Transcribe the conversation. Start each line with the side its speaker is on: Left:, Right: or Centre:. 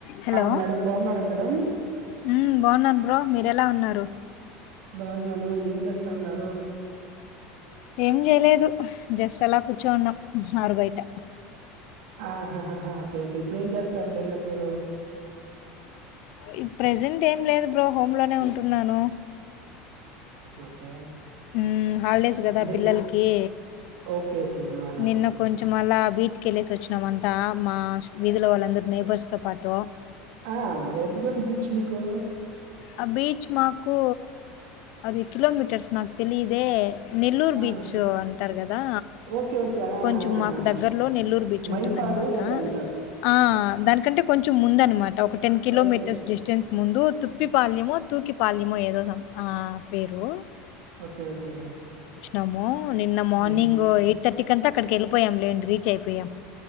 Left: హలో
Right: ఆ మేడం బాగున్నారా మేడం
Left: మ్మ్ బాగున్నాను బ్రో మీరు ఎలా ఉన్నారు
Right: బాగున్నాను ఏం చేస్తా ఉన్నారు
Left: ఏం చేయలేదు జస్ట్ అలా కూర్చోన్నాం ఆరు బయట
Right: ఆహాా ఓకే ఓకే ఇప్పుడు ఏం చేస్తారు డిన్నర్ మీరు
Left: ఈ ప్రెజెంట్ ఏం లేదు బ్రో హోమ్ లోనే ఉంటున్నాను
Right: ఓకే
Left: మ్మ్ హాలిడేస్ కదా
Right: డి
Left: పిల్లలకి
Right: ఓకే ఓకే ఆహా
Left: నిన్న కొంచెం కొం మళ్ళ బీచ్కి వెళ్ళేసి వచ్చినామంతా మా వీధిలో వాళ్ళందరు నైబర్స్ తో పాటు
Right: ఆ ఎంత దూరం బీచ్ మీకు
Left: ఆ బీచ్ మాకు అది కిలోమీటర్స్ నాకు తెలిదే నెల్లూరు
Right: ఆ
Left: బీచ్ అంటారు కదా
Right: ఓకే ఓకే ఆ ఆ
Left: కొంచెం
Right: ఆ
Left: మాకు దగ్గర్లో
Right: ఆ!
Left: నెల్లూరు బీచ్
Right: మైపాడు
Left: ఉంటుంద అనమాట
Right: ఏదో అంటారు
Left: ఆ దానికి కంటే కొంచెం ముంద అనమాట ఒక టెన్ కిలోమీటర్స్
Right: ఓకే
Left: డిస్టెన్స్ ముందు ఉప్పి పాల్యమో తూకి పాల్యమో ఏదో సం ఆ పేరు
Right: ఓకే ఓకే
Left: నమో నిన్న మార్నింగ్
Right: ఉమ్
Left: ఎయిట్ థటీ కంత అక్కడికి వెల్లిపోయాంలేండి రీచ్ అయిపోయాం